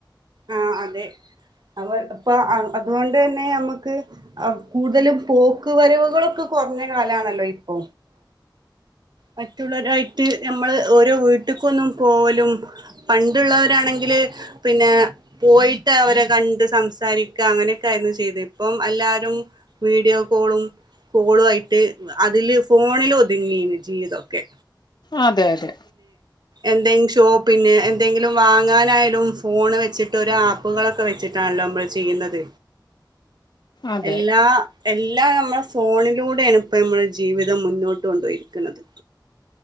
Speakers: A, on the right; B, on the left.
A: ആ അതെ അവര് അപ്പൊ അതുകൊണ്ട് തന്നെ നമ്മുക്ക് കൂടുതലും പോക്ക് വരവുകളൊക്കെ കുറഞ്ഞ കാലാണല്ലോ ഇപ്പൊ മറ്റുള്ളവരായിട്ട് നമ്മള് ഓരോ വീട്ടക്കൊന്നും പോലും പണ്ടുള്ളവരാണെങ്കില് പിന്നെ പോയിട്ട് അവരെ കണ്ട് സംസാരിക്ക അങ്ങനെയൊക്കെ ആയിരുന്നു ചെയ്ത് ഇപ്പം എല്ലാവാരും വീഡിയോ കോളും കോളു ആയിട്ട് അതില് ഫോണിൽ ഒതുങ്ങി ജീവിതംഒക്കെ
B: അതെ അതെ
A: എന്തെങ്കിലും ഷോപ്പിന് എന്തെങ്കിലും വാങ്ങാനായാലും ഫോണ് വെച്ചിട്ട് ഒരു ആപ്പുകളൊക്കെ വെച്ചിട്ടാണല്ലോ നമ്മൾ ചെയ്യുന്നത്
B: അതെ
A: എല്ലാ എല്ലാം നമ്മുടെ ഫോണിലൂടെയാണ് ഇപ്പൊ നമ്മുടെ ജീവിതം മുന്നോട്ട് കൊണ്ട്പോയിരിക്കുന്നത്